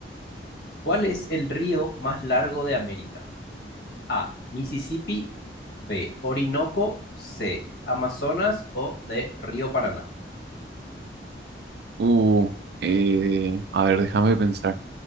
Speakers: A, on the left (about 60°); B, on the right (about 60°).
A: ¿Cuál es el río más largo de América? A. Mississippi. B. Orinoco. C. Amazonas o D. Río Paraná.
B: Uh, eh, a ver, déjame pensar.